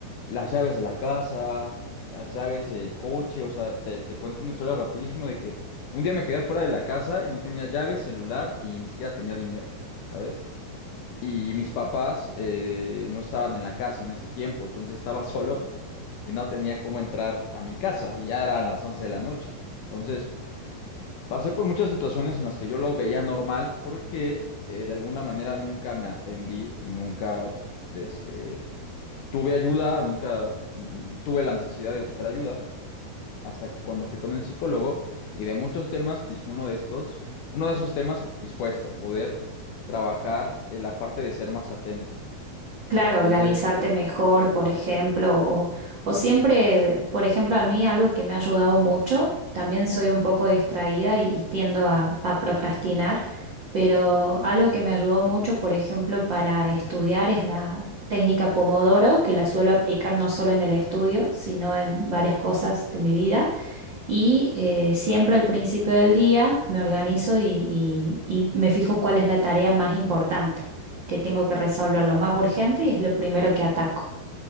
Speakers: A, on the left; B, on the right.
A: las llaves de la casa, las llaves del coche, o sea, te, te cuento una historia rapidísimo de que un día me quedé fuera de la casa y no tenía llaves, celular y ni siquiera tenía dinero, ¿sabes? Y mis papás eh, no estaban en la casa en ese tiempo, entonces estaba <laughs> solo y no tenía cómo entrar a mi casa y ya eran las 11 de la noche. Entonces... Pasé por muchas situaciones en las que yo lo veía normal porque eh, de alguna manera nunca me atendí y nunca este, tuve ayuda, nunca mm, tuve la necesidad de buscar ayuda, hasta que cuando fui con el psicólogo y de muchos temas, pues uno de estos, uno de esos temas pues, fue esto, poder trabajar en la parte de ser más atento.
B: Claro,
A: Entonces,
B: organizarte mejor, por ejemplo, o, o siempre, por ejemplo, a mí algo que me ha ayudado mucho, también soy un poco distraída y, y tiendo a, a procrastinar, pero algo que me ayudó mucho, por ejemplo, para estudiar es la técnica Pomodoro, que la suelo aplicar no solo en el estudio, sino en varias cosas de mi vida. Y eh, siempre al principio del día me organizo y, y- y me fijo cuál es la tarea más importante, que tengo que resolver
A: Claro.
B: lo más urgente y es lo primero que ataco.